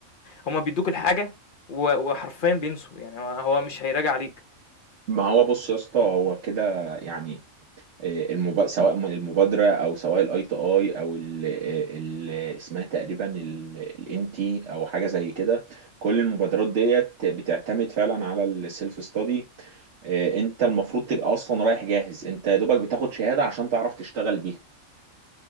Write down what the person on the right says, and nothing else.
ما هو بص يا اسطى هو كده يعني آه، المب... سواء من المبادرة او سواء الاي تي اي او ال... آه، ال... اسمها تقريبا الان تي او حاجة زي كده كل المبادرات ديت بتعتمد فعلا على السيلف ستادي انت المفروض تبقى اصلا رايح جاهز انت يا دوبك بتاخد شهادة عشان تعرف تشتغل بيها